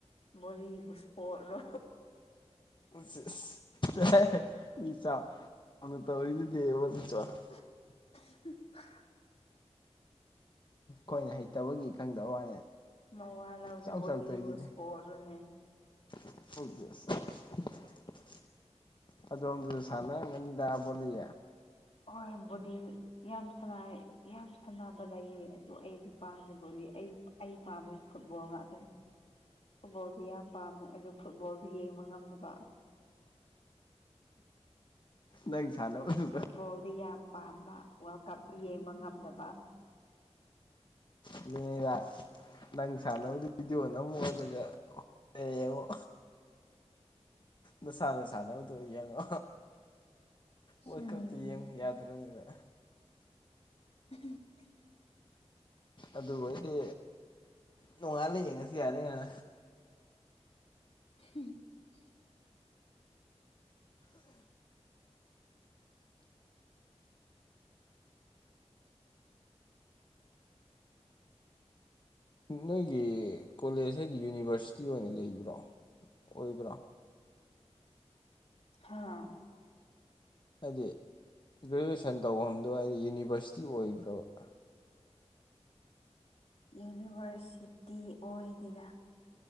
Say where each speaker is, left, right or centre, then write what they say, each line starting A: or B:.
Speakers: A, on the left (about 60°); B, on the left (about 45°).
A: ꯕꯣꯜꯂꯤꯕꯨ ꯁꯄꯣꯠ ꯂꯣ
B: <unintelligible> ꯕꯣꯜꯂꯤꯁꯨ
A: <unintelligible>
B: ꯈꯣꯏꯅ ꯍꯩꯇꯥꯕꯒꯤ ꯈꯪꯗꯕꯥ ꯋꯥꯅꯦ
A: ꯃꯥꯋꯥ ꯂꯧꯗꯦ
B: ꯆꯥꯎ
A: ꯕꯣꯂꯤꯕꯨ
B: ꯆꯥꯎꯇꯧꯔꯤꯗꯨꯗꯤ
A: ꯏꯁꯄꯣꯔꯠ ꯔꯥꯅꯦ
B: <unintelligible> ꯑꯗꯣꯝꯗꯥꯁꯨ ꯁꯥꯟꯅꯥꯔꯝꯒꯅꯤꯗꯥ ꯕꯣꯜꯂꯤ
A: ꯍꯣꯏ ꯕꯣꯜꯂꯤꯗꯤ ꯌꯥꯝ ꯁꯥꯟꯅꯩ ꯌꯥꯝ ꯁꯥꯟꯅꯥꯕ ꯂꯩꯌꯦ ꯑꯗꯣ ꯑꯩꯗꯤ ꯄꯥꯝꯗꯦ ꯕꯣꯜꯂꯤ ꯑꯩꯗꯣ ꯑꯩ ꯄꯥꯝꯕꯥꯁꯦ ꯐꯨꯠꯕꯣꯜ ꯉꯥꯛꯇꯥꯅꯦ ꯐꯨꯠꯕꯣꯜꯗꯤ ꯌꯥꯝ ꯄꯥꯝꯃꯦ ꯑꯗꯨ ꯐꯨꯠꯕꯣꯜꯗꯤ ꯌꯦꯡꯕꯥ ꯉꯝꯗꯥꯕꯥ
B: ꯅꯪ ꯁꯥꯟꯅꯥ ꯕꯥꯗꯨ
A: ꯐꯨꯠꯕꯣꯜꯗꯤ ꯌꯥꯝ ꯄꯥꯝꯕ ꯋꯥꯔꯜ ꯀꯞꯇꯤ ꯌꯦꯡꯕꯥ ꯉꯝꯗꯕꯥ
B: ꯑꯗꯨꯅꯦꯕꯥ ꯅꯪ ꯁꯥꯟꯅꯥꯕꯗꯣ ꯚꯤꯗꯤꯑꯣꯒꯥ ꯅꯝꯃꯣ ꯑꯗꯨꯒ ꯌꯦꯡꯉꯣ ꯅꯥꯁꯥꯅ ꯁꯥꯟꯅꯥꯕꯗꯣ ꯑꯗꯨ ꯑꯣꯏꯅꯥ ꯌꯦꯡꯉꯣ ꯋꯥꯜꯀꯞ
A: ꯎꯝ
B: ꯌꯦꯡ ꯌꯥꯗ꯭ꯔꯕꯅꯤꯅ
A: <unintelligible>
B: ꯑꯗꯨ ꯑꯣꯏꯗꯤ ꯅꯣꯡꯉꯥꯜꯂꯥ ꯌꯦꯡꯉꯥꯁꯨ ꯌꯥꯔꯦꯅꯥ
A: <unintelligible>
B: ꯅꯣꯏꯒꯤ ꯀꯣꯂꯦꯖꯁꯦ ꯌꯨꯅꯤꯚꯔꯁꯤꯇꯤ ꯑꯣꯏꯅ ꯂꯩꯕ꯭ꯔꯣ ꯑꯣꯏꯕꯔꯣ
A: ꯍꯥꯥ
B: ꯍꯥꯏꯗꯤ ꯒ꯭ꯔꯦꯖꯨꯑꯦꯁꯟ ꯇꯧꯐꯝꯗꯣ ꯍꯥꯏꯗꯤ ꯌꯨꯅꯤꯚꯔꯁꯤꯇꯤ ꯑꯣꯏꯕ꯭ꯔꯥꯕꯥ
A: ꯌꯨꯅꯤꯚꯔꯁꯤꯇꯤ ꯑꯣꯏꯗꯦꯗꯥ